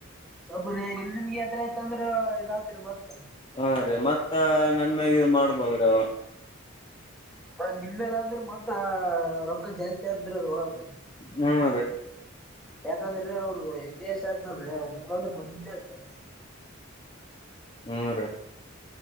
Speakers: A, in the centre; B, on the left.
A: ಸ್ವಬ ನಿಮ್ ನಿಮ್ಗ ಯದ್ರ ಆಯತ ಅಂದ್ರ ಇದಾತದರಿ ಮತ್ತ
B: ಹಾ ರೀ ಮತ್ತ ನನ್ ಮ್ಯಾಗ ಇದು ಮಾಡ್ಬೋದ್ರಿ ಅವ
A: ಹ ನಿಮ್ಮೆಲ್ಲ ಅಂದ್ರ ಮತ್ತ ರೊಕ್ಕ ಜಾಸ್ತಿ ಆತದ್ರಿ ಅದರ ಒಳಗ
B: ಹ್ಮ ರೀ
A: ಯಾಕಾಂದ್ರೀ ಅವರದ ಎಷ್ಟಿ ಎಸಿ ಆತ್ತದಲ್ಲರಿ <unintelligible>
B: ಹ್ಮ ರೀ